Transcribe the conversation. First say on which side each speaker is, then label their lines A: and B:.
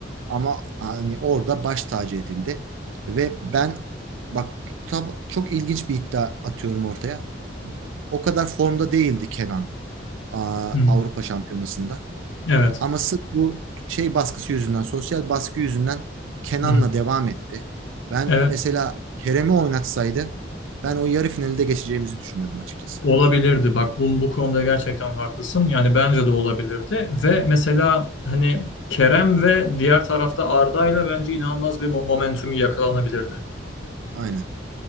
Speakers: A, on the right; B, on the left.
A: ama hani orada baş tacı edildi. Ve ben bak tab- çok ilginç bir iddia atıyorum ortaya. O kadar formda değildi Kenan aa,
B: Hı.
A: Avrupa Şampiyonası'nda.
B: Evet.
A: Ama sırf bu şey baskısı yüzünden, sosyal baskı yüzünden Kenan'la
B: Hı hı.
A: devam etti. Ben
B: Evet.
A: mesela Kerem'i oynatsaydı ben o yarı finalde geçeceğimizi düşünüyordum açıkçası.
B: Olabilirdi. Bak bu, bu konuda gerçekten haklısın. Yani bence de olabilirdi. Ve mesela hani Kerem ve diğer tarafta Arda'yla bence inanılmaz bir mo- momentumu yakalanabilirdi.
A: Aynen.